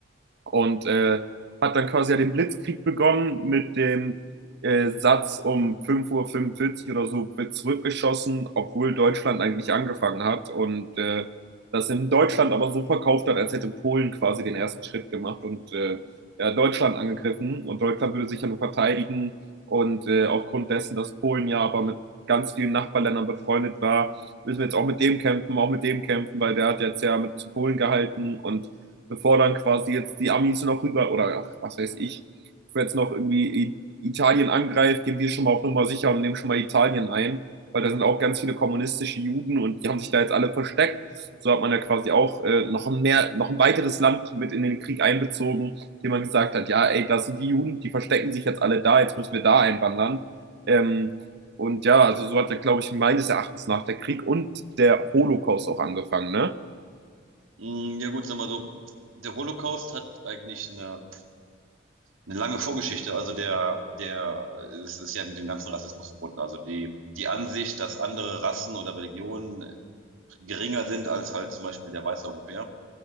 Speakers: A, on the right (about 60°); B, on the right (about 85°).
A: und äh, hat dann quasi ja den Blitzkrieg begonnen mit dem äh, Satz um fünf Uhr fünfundvierzig oder so wird zurückgeschossen, obwohl Deutschland eigentlich angefangen hat und äh, das in Deutschland aber so verkauft hat, als hätte Polen quasi den ersten Schritt gemacht und äh, ja, Deutschland angegriffen und Deutschland würde sich ja nur verteidigen und äh, aufgrund dessen, dass Polen ja aber mit ganz vielen Nachbarländern befreundet war, müssen wir jetzt auch mit dem kämpfen, auch mit dem kämpfen, weil der hat jetzt ja mit zu Polen gehalten und bevor dann quasi jetzt die Amis noch rüber oder ach, was weiß ich, bevor jetzt noch irgendwie I- Italien angreift, gehen wir schon mal auf Nummer sicher und nehmen schon mal Italien ein, weil da sind auch ganz viele kommunistische Juden und die haben sich da jetzt alle versteckt. So hat man ja quasi auch äh, noch ein mehr, noch ein weiteres Land mit in den Krieg einbezogen, dem man gesagt hat, ja, ey, da sind die Juden, die verstecken sich jetzt alle da, jetzt müssen wir da einwandern. Ähm, und ja, also so hat ja, glaube ich, meines Erachtens nach der Krieg und der Holocaust auch angefangen, ne?
B: Mm, Ja gut, sagen wir so, der Holocaust hat eigentlich eine, eine lange Vorgeschichte. Also der, der, es ist ja mit dem ganzen Rassismus verbunden. Also die, die Ansicht, dass andere Rassen oder Religionen geringer sind als halt zum Beispiel der weiße Europäer